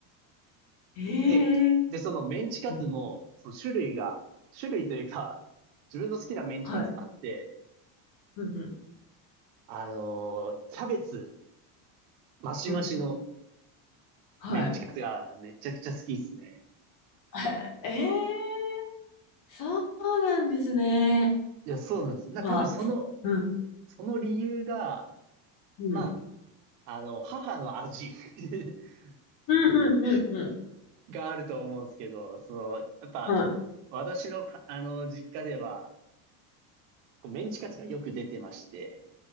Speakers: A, on the left; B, on the right.
A: え
B: で、
A: えー、
B: で、そのメンチカツも、
A: うん
B: その種類が、種類というか、自分の好きなメンチカツがあって、
A: はい、うん、うん、
B: あのーキャベツ、マシマシの
A: うん、はい。
B: メンチカツがめちゃくちゃ好きっすね。
A: <laughs> ええー、そうなんですね。
B: いや、そうなんです。な、
A: は、
B: 多分その、
A: うん、
B: その理由が、
A: うん、
B: まあ、あの、母の味。<laughs>
A: うん、うん、うん、う
B: があると思うんですけど、その、やっぱ、
A: ん、は
B: 私のか、あの、実家では、こうメンチカツがよく出てまして、